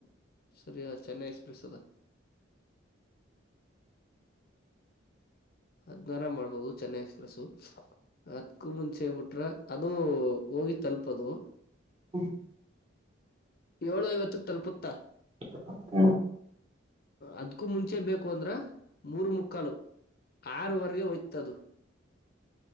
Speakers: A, on the left (about 50°); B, on the right (about 30°).
A: ಸರಿಯಾ ಆ ಚೆನ್ನೈ ಎಕ್ಸ್ಪ್ರೆಸ್ ಅದ.
B: <inaudible>
A: ಹದ್ನಾರ ಮಾಡ್ಬೋದು ಚೆನ್ನೈ ಎಕ್ಸ್ಪ್ರೆಸ್ಸು. ಅದ್ಕೂ ಮುಂಚೆ ಬಿಟ್ರ ಅದು ಹೋಗಿ ತಲುಪದು
B: ಹ್ಮ.
A: ಏಳು ಐವತ್ತಕ್ ತಲುಪುತ್ತಾ.
B: <inaudible> ಹ್ಮ್
A: ಅದ್ಕ್ಕೂ ಮುಂಚೆ ಬೇಕು ಅಂದ್ರ ಮೂರು ಮುಕ್ಕಾಲು. ಆರವರೆಗೆ ಓಯ್ತದು <inaudible>